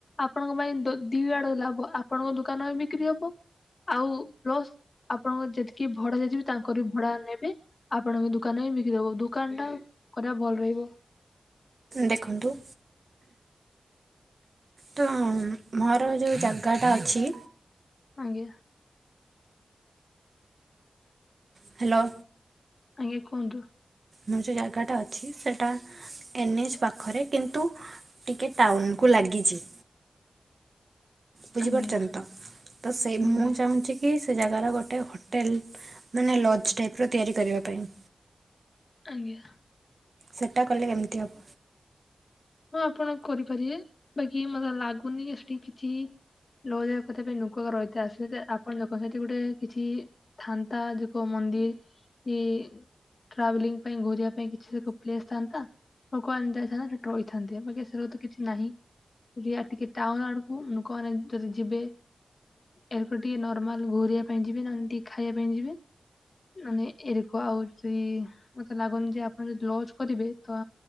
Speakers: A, on the left (about 50°); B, on the right (about 55°).
A: ଆପଣଙ୍କ ପାଇଁ ଦି ଆଡୁ ଲାଭ ଆପଣଙ୍କ ଦୋକାନ ବି ବିକ୍ରି ହବ। ଆଉ ପ୍ଲସ୍ ଆପଣଙ୍କ ଯେତିକି ଭଡା ଦେଇଥିବେ ତାଙ୍କରି ଭଡା ନେବେ। ଆପଣଙ୍କ ଦୁୋକାନ ହ ବିକି ଦେବ ଦୁୋକାନ ଟା କଦା ଭଲ ରହିବ।
B: ଦେଖନ୍ତୁ। ତ ମୋର ଯେଉଁ ଜାଗାଟା ଅଛି
A: ଆଜ୍ଞା।
B: ହ୍ୟାଲୋ।
A: ଆଜ୍ଞା କୁହନ୍ତୁ।
B: ଯେଉଁ ଜାଗାଟା ଅଛି ସେଇଟା ଏନ୍ଏଚ ପାଖରେ କିନ୍ତୁ ଟିକେ ଟାଉନ କୁ ଲାଗିଛି। ବୁଝିପାରୁଛନ୍ତି
A: ଆଜ୍ଞା
B: ତ ତ ସେଇ ମୁଁ
A: ଆଜ୍ଞା
B: ଚାହୁଁଛି କି କି ସେ ଜାଗାର ଗୋଟେ ହୋଟେଲ ମାନେ ଲଜ ଟାଇପ ର ତିଆରି କରିବା ପାଇଁ।
A: ଆଜ୍ଞା।
B: ସେଟା କଲେ କେମିତି ହେବ?
A: ହଁ ଆପଣ କରିପାରିବେ ବାକି ମତେ ଲାଗୁନି ସେଠି କିଛି <unintelligible> ଆପଣ ଦେଖ ସେଠି ଗୋଟେ କିଛି ଥାନ୍ତା ଯୋକ ମନ୍ଦିର ଇ ଟ୍ରାଭେଲିଂ ପାଇଁ ଘରିବା ପାଇଁ କିଛି ପ୍ଲେସ ଥାନ୍ତା ଲୋକାନ ଯାଇଥାନ୍ତା। ରହିଥାନ୍ତେ ବାକ ଏସ ତ କିଛି ନାହିଁ। ଟିକେ ଟାଉନ ଆଡକୁ ଲୁକ ମାନେ ଯଦି ଯିବେ। ଏରକ ଟିକେ ନର୍ମାଲ ଘୋରିବା ପାଇଁ ଯିବେ ନହେଲେ ଟିକେ ଖାଇବା ପାଇଁ ଯିବେ। ମାନେ ଏରକୁ ଆଉଛି ମତେ ଲାଗୁନି ଯେ ଆପଣ ଯଦି ଲଜ କରିବେ ତ